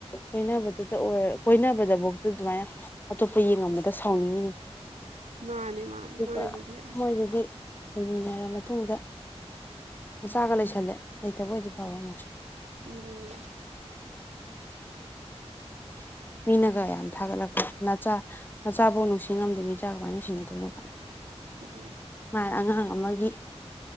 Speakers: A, on the left; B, on the right.
A: ꯀꯣꯏꯅꯕꯗꯨꯗ ꯑꯣꯏꯔ ꯀꯣꯏꯅꯕꯗꯕꯧꯗ ꯑꯗꯨꯃꯥꯏꯅ ꯑꯇꯣꯞꯄ ꯌꯦꯡꯉꯝꯕ ꯗ ꯁꯥꯎꯅꯤꯡꯉꯤꯅꯤ
B: ꯃꯥꯅꯦ ꯃꯥꯅꯦ
A: ꯑꯗꯨꯒ
B: ꯃꯥꯏꯗꯨꯗꯤ ꯑꯁ
A: ꯃꯣꯏꯗꯗꯤ ꯂꯩꯃꯤꯟꯅꯔ ꯃꯇꯨꯡꯗ ꯃꯆꯥꯒ ꯂꯩꯁꯜꯂꯦ ꯂꯩꯇꯕ ꯑꯣꯏꯗꯤ ꯐꯕ ꯑꯃꯨꯛꯁꯨ
B: ꯑꯗꯨꯅꯦ
A: <inaudible> ꯃꯤꯅꯒ ꯌꯥꯝ ꯊꯥꯒꯠꯂꯛꯄ ꯅꯆꯥ ꯅꯆꯥꯕꯨ ꯅꯨꯡꯁꯤ ꯉꯝꯗꯦ ꯃꯤꯆꯥ ꯀꯃꯥꯏꯅ ꯅꯨꯡꯁꯤꯅꯗꯣꯏꯅꯣ ꯀꯥꯏ
B: ꯑꯗꯨꯅꯤ
A: ꯃꯥꯅ ꯑꯉꯥꯡ ꯑꯃꯒꯤ